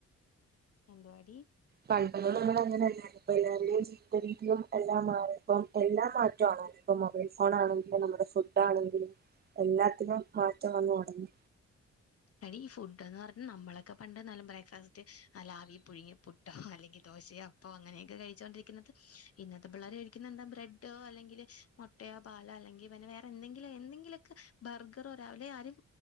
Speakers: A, on the left; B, on the right.
A: എന്തവാടി
B: പഴപ്പോ നമ്മൾ അങ്ങനെയല്ല ഇ എല്ലരുടെയും ഇത്ത രീതിും എല്ലാം മാറി ഇപ്പം മാറി എല്ലാ മാറ്റംണല്ല ഇപ്പ മൊബൈൽ ഫോൺ ആണെങ്കിലും നമ്മുടെ ഫുഡ ആണെങ്കിലും എല്ലാത്തിനും മാറ്റം വന്നു തുടങ്ങി.
A: എടീ ഫുഡ് എന്ന് പറഞ്ഞൽ നമ്മളൊക്കെ പണ്ട് നല്ല ബ്രേക്ക്ഫാസ്റ്റ് നല്ലവി പുഴുങ്ങി് ട്ടോ അല്ലെങ്കിൽ ദോശയോ അപ്പോ അങ്ങനെയൊക്കെ കഴിച്ചോണ്ടിരിക്കുന്നത് ഇന്നത്തെ പിള്ളേർ കഴിക്കുന്ന എന്താ ബ്രെഡോ അല്ലെങ്കിൽ മുട്ടയ പാല അല്ലെങ്കിൽ പിന്നെ വേറെ എന്തെങ്കിലും എന്തെങ്കിലുമൊക്കെ ബർഗർോരാവെ ആരും